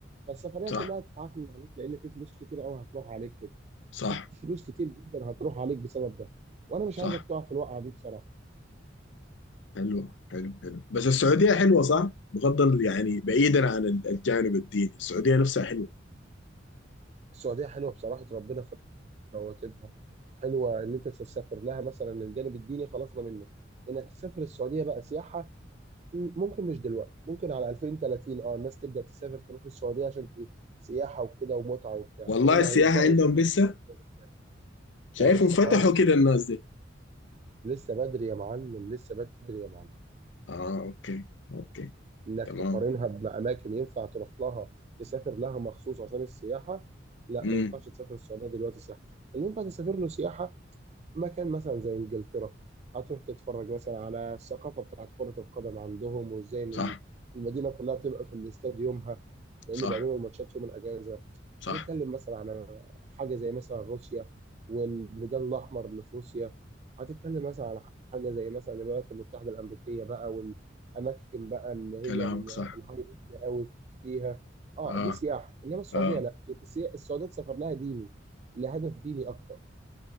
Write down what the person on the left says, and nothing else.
صح
صح
صح
حلو حلو حلو بس السعودية حلوة صح؟ بغض ال- يعني بعيدا عن ال- الجانب الديني السعودية نفسها حلوة
والله
السياحة
عندهم
لسه
شايفهم
فتحوا
كده الناس دي
اه اوكي اوكي
تمام
امم
صح
صح
صح
كلامك
صح
اه
اه